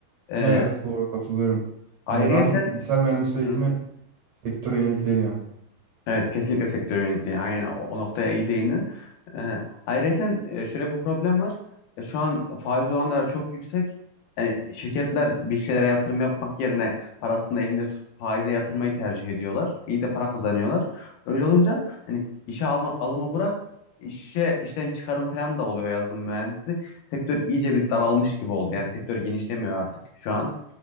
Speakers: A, on the left; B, on the right.
A: Ee, Evet.
B: Evet doğru katılıyorum.
A: ayrıyeten
B: Yani daha çok bilgisayar mühendisliği eğitimi
A: <laughs>
B: sektöre yönelik değil yani.
A: Evet kesinlikle sektör yönelikliği. Aynen o, o noktaya iyi değindin. Ee, ayrıyeten e, şöyle bir problem var. E, şu an faiz oranları çok yüksek. Yani şirketler bir şeylere yatırım yapmak yerine parasını elinde tutup faize yatırmayı tercih ediyorlar. İyi de para kazanıyorlar. Öyle olunca hani işe alma, alımı bırak işe işten çıkarım falan da oluyor yazılım mühendisliği. Sektör iyice bir daralmış gibi oldu. Yani sektör genişlemiyor artık şu an.